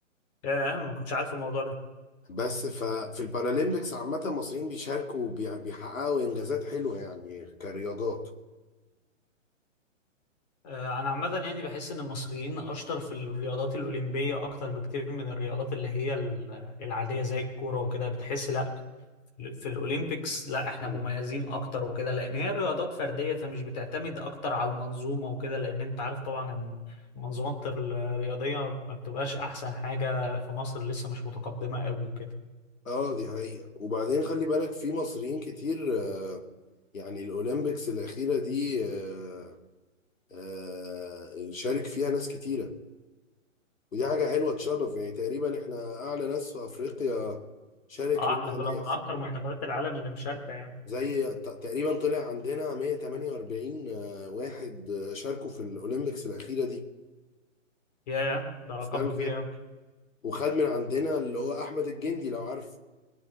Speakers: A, on the left; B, on the left.
A: يا انا ما كنتش عارف الموضوع ده
B: بس ففي البارالمبيكس عامة المصريين بيشاركوا وبي- بيحققوا إنجازات حلوة يعني كرياضات
A: آه، انا عامه يعني بحس ان المصريين اشطر في الرياضات الاولمبيه اكتر بكتير من الرياضات اللي هي ال- العاديه زي الكوره وكده بتحس لا في الاولمبيكس لا احنا
B: مم.
A: مميزين اكتر وكده لان هي رياضات فرديه فمش بتعتمد اكتر على المنظومه وكده لان انت عارف طبعا ان المنظومات الرياضيه ما بتبقاش احسن حاجه في مصر لسه مش متقدمه قوي وكده
B: اه دي حقيقة وبعدين خلي بالك في مصريين كتير آه، يعني الأولمبيكس الأخيرة دي آه، آه، شارك فيها ناس كتيرة ودي حاجة حلوة تشرف يعني تقريبا احنا أعلى ناس في أفريقيا شارك
A: اه
B: منها
A: احنا كنا من
B: ناس
A: اكتر منتخبات العالم اللي مشاركه يعني
B: زي ت- تقريبا طلع عندنا 148 واحد آه، شاركوا في الأولمبيكس الأخيرة دي
A: ياه ده رقم
B: السنة اللي
A: كبير
B: فاتت
A: قوي
B: وخد من عندنا اللي هو أحمد الجندي لو عارف